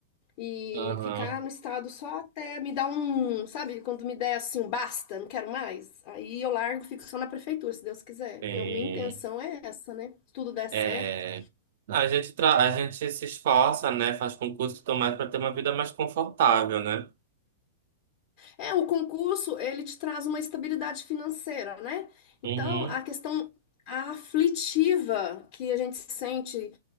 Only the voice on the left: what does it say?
E
ficar no estado só até me dar um, sabe, quando me der assim um basta, não quero mais. Aí eu largo, fico só na prefeitura, se Deus quiser.
Meu- minha intenção é essa, né? Se tudo der
certo.
É, o concurso, ele te traz uma estabilidade financeira, né? Então,
a questão aflitiva que a gente sente